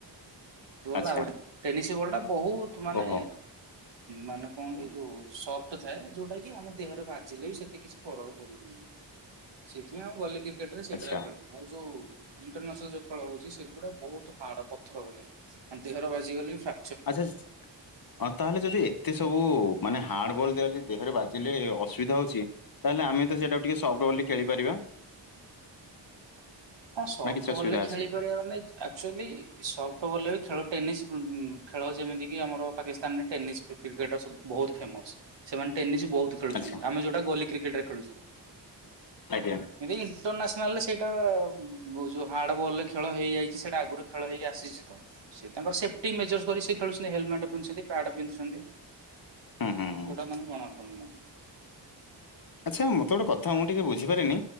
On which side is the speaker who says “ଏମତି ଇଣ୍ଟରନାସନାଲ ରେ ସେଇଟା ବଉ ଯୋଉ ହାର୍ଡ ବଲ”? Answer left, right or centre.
Right